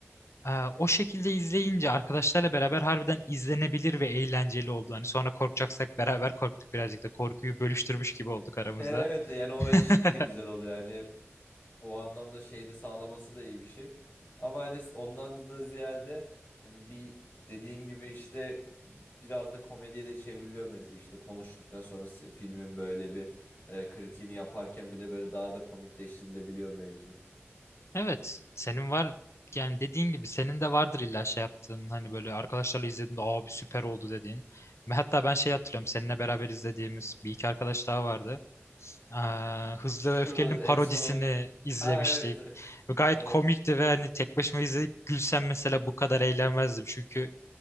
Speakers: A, on the left; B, on the left.
A: e, o şekilde izleyince arkadaşlarla beraber harbiden izlenebilir ve eğlenceli oldu. Hani sonra korkacaksak beraber korktuk birazcık da korkuyu bölüştürmüş gibi olduk aramızda.
B: Evet yani o
A: <laughs>
B: eşlik de güzel oluyor. Yani O anlamda şeyi de sağlaması da iyi bir şey. Ama hani ondan da ziyade hani bir dediğin gibi işte biraz da komediye de çevriliyor mevzu. İşte konuştuktan sonra se- filmin böyle bir e, kritiğini yaparken bile böyle daha da komikleştirilebiliyor mevzu.
A: Evet, senin var yani dediğin gibi senin de vardır illa şey yaptığın hani böyle arkadaşlarla izlediğinde abi süper oldu dediğin. Ve Hatta ben şey hatırlıyorum seninle beraber izlediğimiz bir iki arkadaş daha vardı. Ee, Hızlı
B: Şu
A: ve Öfkeli'nin parodisini
B: en sonun
A: izlemiştik.
B: ha evet. <laughs>
A: Ve Gayet
B: Evet.
A: komikti ve hani tek başıma izleyip gülsem mesela bu kadar eğlenmezdim. Çünkü